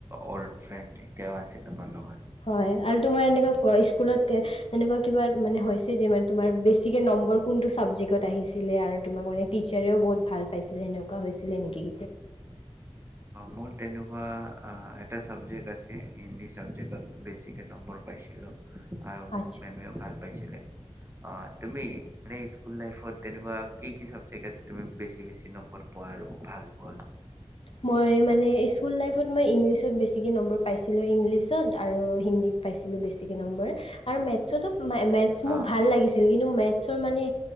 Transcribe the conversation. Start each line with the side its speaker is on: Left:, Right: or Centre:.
Right: অল্ড ফ্ৰেণ্ড এতিয়াও আছে তোমাৰ লগত।
Left: হয় আৰু তোমাৰ এনেকুৱা স্কুলত এনেকুৱা কিবা হৈছে যে বেছিকে নম্বৰ কোনটো চাবজেক্টত আহিছিলে আৰু তোমাক মানে টিচাৰেও ভাল পাইছিলে সেনেকুৱা হৈছিলে নেকি?
Right: মোৰ তেনেকুৱা এটা চাবজেক্ট আছে হিন্দী চাবজেক্টত বেছিকে নম্বৰ পাইছিলোঁ। আৰু মোক
Left: আচ্ছা
Right: মেমেও ভাল পাইছিলে। অ', তুমি স্কুল লাইফত তেনেকুৱা কি কি চাবজেক্ট আছিল তুমি বেছি বেছি নম্বৰ পোৱা আৰু ভালপোৱা?
Left: মই মানে স্কুল লাইফত মই ইংলিছত বেছিকৈ নম্বৰ পাইছিলোঁ ইংলিছত আৰু হিন্দীত পাইছিলোঁ বেছিকৈ নম্বৰ আৰু মেথছতো মা মেথছ
Right: অ',
Left: মোক ভাল লাগিছিল কিন্তু মে মানে